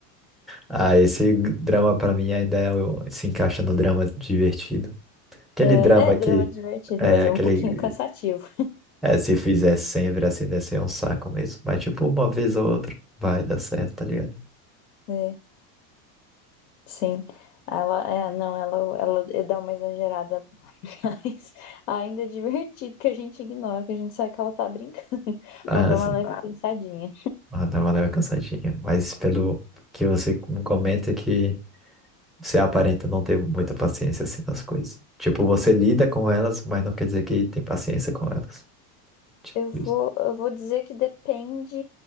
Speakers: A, in the centre; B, on the left.
A: Ah, esse drama pra mim ainda é o- se encaixa no drama divertido. Aquele
B: É,
A: drama
B: é drama
A: que
B: divertido,
A: é
B: mas
A: aquele
B: é um pouquinho cansativo.
A: é, se fizer sempre assim, deve ser um saco mesmo. Mas tipo, uma vez ou outra vai dar certo, tá ligado?
B: É. Sim, ela é, não, ela, ela é, dá uma exagerada, <laughs> mas ainda é divertido que a gente ignora, que a gente sabe que ela tá brincando, <laughs>
A: ah
B: mas dá
A: sim
B: uma leve Claro. pensadinha.
A: Ah, dá uma leve cansadinha. Mas pelo que você me comenta que você aparenta não ter muita paciência assim nas coisas. Tipo, você lida com elas, mas não quer dizer que tem paciência com elas. Tipo
B: Eu vou,
A: isso.
B: eu vou dizer que depende,